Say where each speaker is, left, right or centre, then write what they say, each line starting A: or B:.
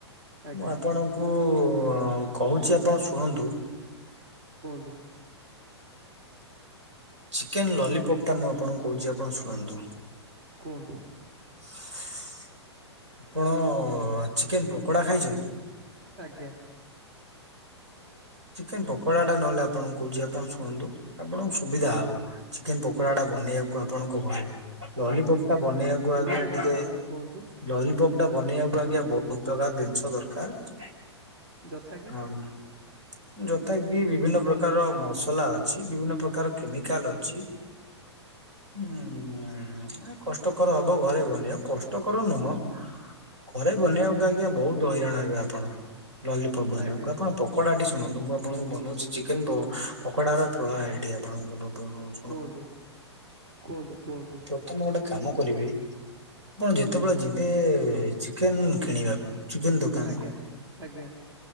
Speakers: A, on the right (about 60°); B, on the right (about 80°).
A: ଆଜ୍ଞା
B: ମୁଁ ଆପଣଙ୍କୁ କୁ କହୁଛି ଆପଣ ଶୁଣନ୍ତୁ?
A: କୁହନ୍ତୁ।
B: ଚିକେନ୍ ଲଲିପପ୍ ଟା ମୁଁ ଆପଣଙ୍କୁ କହୁଚି, ଆପଣ ଶୁଣନ୍ତୁ।
A: କୁହନ୍ତୁ।
B: <inaudible> ଆପଣ ଚିକେନ ପକୋଡ଼ା ଖାଇଛନ୍ତି?
A: ଆଜ୍ଞା।
B: ଚିକେନ ପକୋଡା ଟା ନହେଲେ ଆପଣଙ୍କୁ କହୁଛି, ଆପଣ ଶୁଅନ୍ତୁ ଆପଣଙ୍କୁ ସୁବିଧା ହବ। ଚିକେନ ପକୋଡା ଟା ବନେଇବାକୁ ଆପଣଙ୍କୁ ଭଲ ଲଲିପପ
A: କେମ
B: ବନେଇବାକୁ
A: କେମିତି
B: ଆଜ୍ଞା
A: ବନା
B: ଟିକେ
A: ହବ କୁହନ୍ତୁ
B: ଲଲିପପ୍ ଟା ବନେଇବାକୁ ଆଜ୍ଞା ବହୁତ ପ୍ରକାର ଜିନିଷ ଦରକାର।
A: ଯଥା କି?
B: ହଁ ଯଥା କି ବିଭିନ୍ନ ପ୍ରକାର ମସଲା ଅଛି। ବିଭିନ୍ନ ପ୍ରକାର କେମିକାଲ ଅଛି।
A: <inaudible>
B: ହୁଁ କଷ୍ଟକର ହବ ଘରେ ଗଲେ ଆଉ କଷ୍ଟକର ନୁହଁ। ଘରେ ବନେଇବାକୁ ଆଜ୍ଞା ବହୁତ ହଇରାଣ ହେବେ ଆପଣ ଲଲିପପ ବନେଇବାକୁ
A: ଆଜ୍ଞା
B: ଆପଣ ପକୋଡା ଶୁଣନ୍ତୁ ମୁଁ ଆପଣଙ୍କୁ ବନାଉଛି ଚିକେନ ପକୋଡ଼ାର ପ୍ରଣାଳୀତିଟ ଆପଣଙ୍କୁ ବ
A: କୁହନ୍ତୁ କୁହନ୍ତୁ କୁହନ୍ତୁ।
B: ତମେ ଗୋଟେ କାମ କରିବେ ଆପଣ ଯେତେବେଳେ ଯିବେ ଚିକେନ କିଣିବା ଚିକେନ ଦୋକାନକୁ
A: ଆଜ୍ଞା ଆଜ୍ଞା